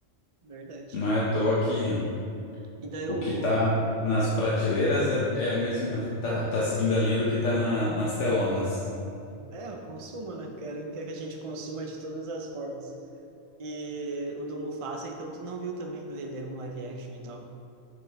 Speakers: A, on the right; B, on the left.
A: verdade.
B: não é à toa que
A: E daí
B: o
A: o... o
B: que está nas prateleiras é, é a mesma, <laughs> tá, tá seguindo a linha do que está na, nas telonas.
A: é, é, o consumo, né? Querem que a gente consuma de todas as formas. E o do Mufasa, então, tu não viu também do Rei Leão live action e tal?